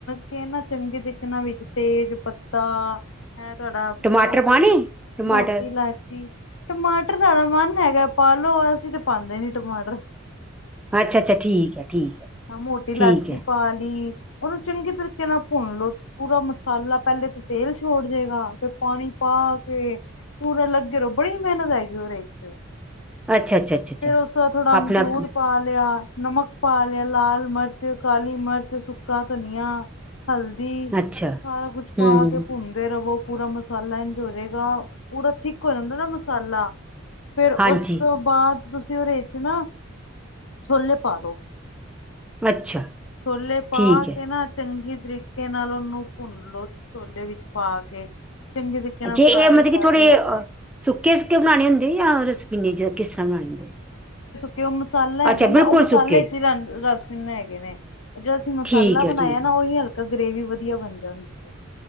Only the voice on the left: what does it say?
ਕਿ ਨਾ ਚੰਗੇ ਤਰੀਕੇ ਨਾਂ ਵਿੱਚ ਤੇਜ ਪੱਤਾ ਹੈ ਤੁਹਾਡਾ
ਮੋਟੀ,
ਮੋਟੀ ਲਾ ਟਮਾਟਰ ਤੁਹਾਡਾ ਮਨ ਹੈਗਾ ਪਾਲੋ ਅਸੀਂ ਤੇ ਪਾਉਂਦੇ ਨੀ ਟਮਾਟਰ
ਹਾਂ ਮੋਟੀ ਲਾਚੀ
ਪਾ ਲਈ ਉਹਨੂੰ ਚੰਗੇ ਤਰੀਕੇ ਨਾਲ ਭੁੰਨ ਲੋ, ਪੂਰਾ ਮਸਾਲਾ ਪਹਿਲੇ ਤੇ ਤੇਲ ਛੱਡ ਦੇਗਾ ਫਿਰ ਪਾਣੀ ਪਾ ਪਾ ਕੇ, ਪੂਰਾ ਲੱਗੇ ਰਹੋ ਬੜੀ ਮਿਹਨਤ ਹੈਗੀ ਉਹਦੇ 'ਚ
ਫੇਰ ਉਸ ਤੋਂ ਬਾਅਦ ਥੋੜਾ ਅਮਚੂਰ
ਪਾ ਲਿਆਂ। ਨਮਕ, ਪਾ ਲਿਆ ਲਾਲ ਮਿਰਚ, ਕਾਲੀ ਮਿਰਚ, ਸੁੱਕਾ ਧਨੀਆ ਹਲਦੀ,
ਸਾਰਾ ਕੁਛ ਪਾ
ਕੇ ਭੁੰਨਦੇ ਰਵੋ। ਪੂਰਾ ਮਸਾਲਾ ਇੰਝ ਹੋਜੇਗਾ, ਪੂਰਾ ਥਿੱਕ ਹੋ ਜਾਂਦਾ ਨਾ ਮਸਾਲਾ ਫਿਰ
ਉਸ ਤੋਂ ਬਾਅਦ ਤੁਸੀਂ ਉਹਦੇ ਵਿੱਚ ਨਾ, ਛੋਲੇ ਪਾ ਦੋ
ਛੋਲੇ ਪਾ
ਕੇ ਨਾ ਚੰਗੀ ਤਰੀਕੇ ਨਾਲ ਉਹਨੂੰ ਭੁੰਨ ਲੋ, ਛੋਲੇ ਵਿੱਚ ਪਾ ਕੇ ਚੰਗੇ ਤਰੀਕੇ ਨਾਲ
ਫਰਾਈ
ਕਰ
ਲਓ
ਫਿਰ ਉਹ ਮਸਾਲਾ
ਹੈਗਾ ਨਾ
ਉਹ ਮਸਾਲੇ
'ਚ ਹੀ ਰਸ ਰਸ-ਭਿੰਨੇ ਹੈਗੇ ਨੇ, ਜੋ ਅਸੀਂ ਮਸਾਲਾ
ਬਣਾਇਆ
ਨਾ
ਉਹ ਉਹੀ ਹਲਕਾ ਗ੍ਰਰੇਵੀ ਵਧੀਆ ਬਣ ਜਾਂਦੀ ਹੈ,